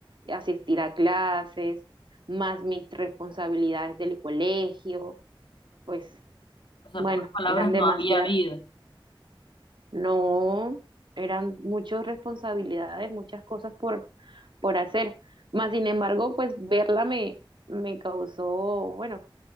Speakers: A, on the right; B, on the left.
A: asistir a clases, más mis responsabilidades del colegio, pues
B: O sea,
A: bueno,
B: en pocas palabras,
A: eran demasiadas.
B: no había vida,
A: No, eran muchas responsabilidades, muchas cosas por por hacer. Más sin embargo, pues verla me, me causó, bueno,